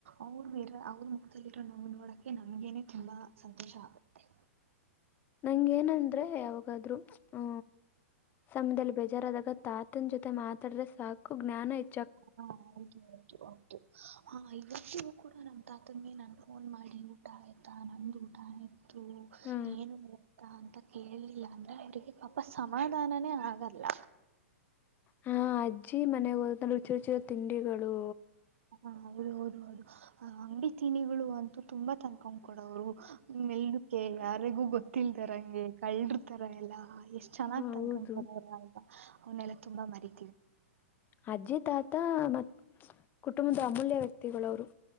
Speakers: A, on the right (about 70°); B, on the left (about 25°).
A: ಅವರು ಇರೋ ಅವ್ರ ಮುಖದಲ್ಲಿರೋ ನೋವು ನೋಡಕ್ಕೆ ನಮಗೇನೆ ತುಂಬಾ ಸಂತೋಷ ಆಗುತ್ತೆ
B: ಹಿಂಗ ಏನಂದ್ರೆ ಯಾವಾಗಾದ್ರೂ ಆ ಸಮಯದಲ್ಲಿ ಬೇಜಾರ ಆದಾಗ ತಾತನ್ ಜೊತೆ ಮಾತಾಡ್ರೆ ಸಾಕು ಜ್ಞಾನ ಇ
A: ಹಾ ಹೌದು ಹೌದು ಹೌದು ಹಾ ಇವತ್ತಿೂ ಕೂಡ ನಮ ತಾತಂದಿ ನಾನು ಫೋನ್ ಮಾಡಿ ಊಟ ಆಯ್ತಾ ನನ್ನಂದು ಊಟ ಆಯತು
B: ಹಾ
A: ಏನು ಅಂತ ಕೇಳಲಿಲ್ಲ ಅಂದ್ರೆ ಅವವ್ರಿಗೆ ಪಾಪ ಸಮಾಧಾನನೇ ಆಗಲ್ಲ.
B: ಹಾ ಅಜ್ಜಿ ಮನೆಗ್ ಹೋದ್ರು ರುಚಿ ರುಚಿ ತಿಂಡಿಗಳು.
A: ಹಾ ಹೌದು ಹೌದು ಹೌದು ಅಂಗ್ಡಿ ತಿನಿಗಳು ಅಂತೂ ತುಂಬಾ ತನ್ಕೊಂಡ್ ಕೊಡವ್ರು ಮೇಲ್ಲು ಕೆ ಯಾರಿಗೂ ಗೊತ್ತಿಲ್ದೇರಂಗೆ ಕಳ್ಳರ್ತರ ಎಲ್ಲಾ. ಎಷ್ಟ್ ಚೆನ್ನಾಗ್
B: ಹ
A: ತನ್ಕೊತದ್ರ
B: ಹೌದು
A: ಅಲ್ವಾ. ಅವನ್ನೆಲ್ಲಾ ತುಂಬಾ ಮರಿ
B: ಅಜ್ಜಿ ತಾತ ಮತ್ ಕುಟುಂಬ್ದ ಅಮೂಲ್ಯ ವ್ಯಕ್ತಿಗ್ಳವ್ರು.